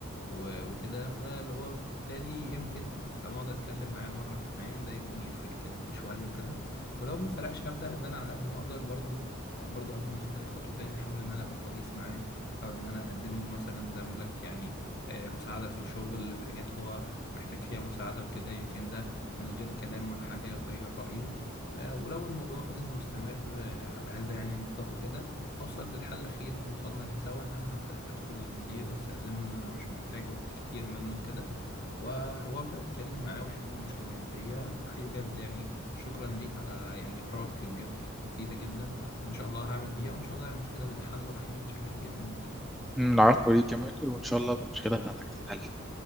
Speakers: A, on the left; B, in the centre.
A: و... وكده فاللي هو بالتالي يمكن لما أقعد أتكلم معاه مرة كمان ده يكون يفرق كده شوية وكده ولو ما فرقش هبدأ إن أنا على قد ما أقدر برضو برضو قبل ما أخد أي خطوة تاني أحاول إن أنا أبقى كويس معاه أحاول إن أنا أقدم له مثلا زي ما أقول لك يعني آه، مساعدة في الشغل في حاجات هو محتاج فيها مساعدة وكده يمكن ده من غير كلام ولا حاجة يغير رأيه آه، ولو الموضوع فضل مستمر آه، على هذا يعني النطاق وكده هوصل للحل الأخير اللي وصلنا ليه سوا إن أنا هبدأ أدخل للمدير وأستأذنه إن أنا مش محتاج وقت كتير منه كده وه- وأبدأ أتكلم معاه وأحل المشكلة يعني دي فحقيقي بجد يعني شكرا ليك على يعني آرائك بجد كانت مفيدة جدا وإن شاء الله هعمل بيها وإن شاء الله يعني المشكلة تتحل وحقيقي متشكر جدا ليك
B: العفو ليك يا مايكل وان شاء الله المشكله بتاعتك تتحل